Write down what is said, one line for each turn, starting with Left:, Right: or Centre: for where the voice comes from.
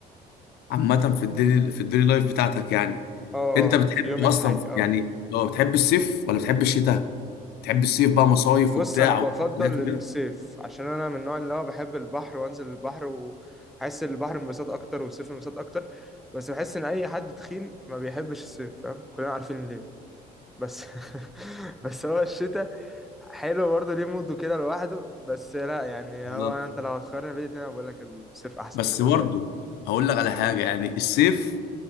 Left: عامه في الديلي في الديلي لايف بتاعتك يعني
Centre: اه
Left: انت
Centre: اه
Left: بتحب
Centre: في يومي
Left: اصلا
Centre: الحقيقي اه
Left: يعني لو بتحب الصيف ولا بتحب الشتاء بتحب الصيف بقى مصايف
Centre: بص
Left: وبتاع
Centre: انا بفضل
Left: وحفلات وكده
Centre: الصيف عشان انا من النوع اللي هو بحب البحر وانزل البحر وحس البحر انبساط اكتر والصيف انبساط اكتر بس بحس ان اي حد تخين ما بيحبش الصيف فاهم كلنا عارفين ليه بس <laughs> بس هو الشتاء حلو برضه ليه موده كده لوحده بس لا يعني
Left: بالظبط
Centre: هو أنا- انت لو هتقارن بين الاتنين انا بقول لك الصيف احسن
Left: بس
Centre: بالنسبه
Left: برضه
Centre: لي
Left: هقول لك على حاجه يعني الصيف